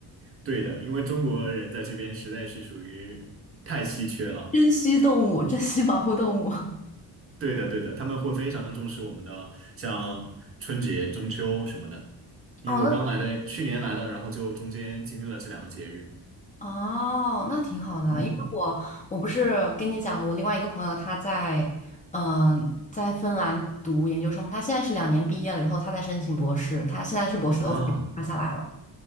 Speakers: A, on the right (about 35°); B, on the left (about 20°).
A: 对的，因为中国人在这边实在是属于太稀缺了。
B: 珍稀动物，珍稀保护动物。
A: 对的，对的，他们会非常重视我们的像春节、中秋什么的。因为我刚来的，
B: 哦，那
A: 去年来的，然后就中间经历了这两个节日。
B: 哦，那挺好的，
A: 嗯
B: 因为我我不是跟你讲了，我另外一个朋友他在嗯、呃在芬兰读研究生，他现在是两年毕业了以后，他在申请博士，他现在是博士的
A: 啊，
B: offer 发下来了，